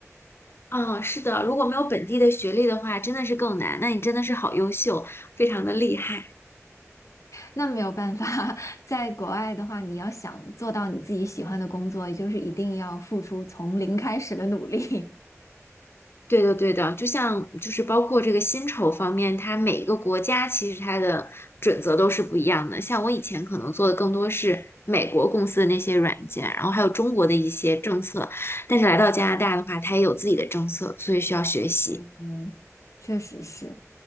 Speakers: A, on the left (about 50°); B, on the left (about 75°).
A: 嗯，是的，如果没有本地的学历的话，真的是更难。那你真的是好优秀，非常的厉害。
B: 那没有办法，<laughs> 在国外的话，你要想做到你自己喜欢的工作，也就是一定要付出从零开始的努力。
A: 对的，对的，就像就是包括这个薪酬方面，它每一个国家其实它的准则都是不一样的。像我以前可能做的更多是美国公司的那些软件，然后还有中国的一些政策，但是来到加拿大的话，它也有自己的政策，所以需要学习。
B: <laughs> 嗯，确实是，